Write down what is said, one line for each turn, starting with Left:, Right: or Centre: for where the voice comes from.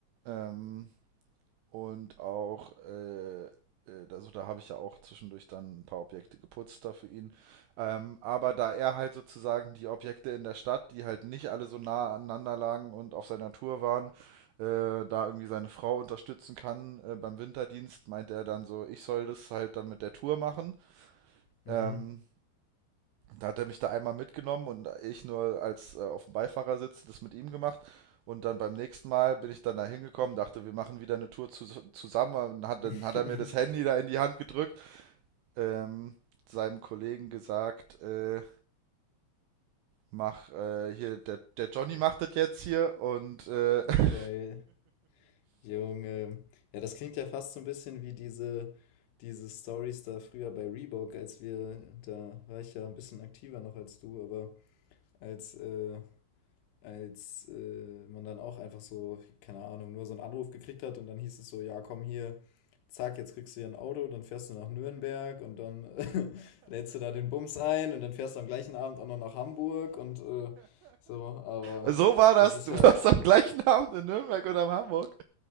Right: Ähm, Und auch, äh, äh, also da habe ich ja auch zwischendurch dann ein paar Objekte geputzt da für ihn. Ähm, aber da er halt sozusagen die Objekte in der Stadt, die halt nicht alle so nah aneinander lagen und auf seiner Tour waren, äh, da irgendwie seine Frau unterstützen kann äh, beim Winterdienst, meint er dann so, ich soll das halt dann mit der Tour machen.
Left: Mhm.
Right: Ähm, da hat er mich da einmal mitgenommen und ich nur als äh, auf dem Beifahrersitz das mit ihm gemacht. Und dann beim nächsten Mal bin ich dann da hingekommen, dachte, wir machen wieder eine Tour zu, zusammen. Und dann hat, dann
Left: <laughs>
Right: hat er mir das Handy da in die Hand gedrückt, ähm, seinem Kollegen gesagt, äh, mach äh, hier, der, der Johnny macht das jetzt hier und äh, <laughs>
Left: Geil. Junge. Ja, das klingt ja fast so ein bisschen wie diese, diese Stories da früher bei Reebok, als wir, da war ich ja ein bisschen aktiver noch als du, aber als äh, als äh, man dann auch einfach so, keine Ahnung, nur so einen Anruf gekriegt hat und dann hieß es so, ja, komm hier, zack, jetzt kriegst du hier ein Auto, dann fährst du nach Nürnberg und dann äh, <laughs> lädst du da den Bums ein und dann fährst du am gleichen Abend auch noch nach Hamburg und äh, so, aber
Right: so war das.
Left: das ist
Right: Du
Left: ja,
Right: warst am gleichen Abend in Nürnberg oder in Hamburg.